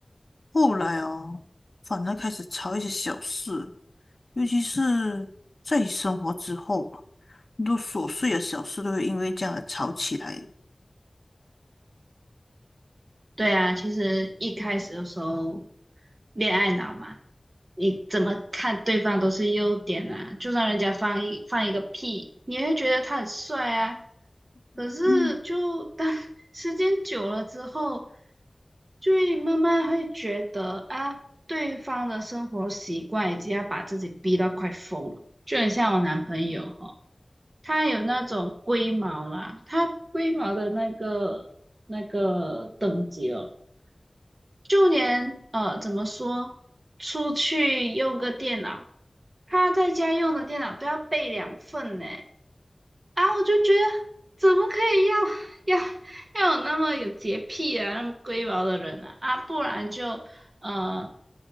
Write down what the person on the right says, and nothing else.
对啊，其实一开始的时候，恋爱脑嘛，你怎么看对方都是优点啊。就算人家放一放一个屁，你也会觉得他很帅啊。可是就当
<laughs> 时间久了之后，就会慢慢会觉得啊，对方的生活习惯已经要把自己逼到快疯了。就很像我男朋友哈、他有那种龟毛啦，他龟毛的那个那个等级哦。就连呃，怎么说，出去用个电脑，他在家用的电脑都要备两份呢。啊，我就觉得怎么可以要要要有那么有洁癖啊，那么龟毛的人啊？啊，不然就呃，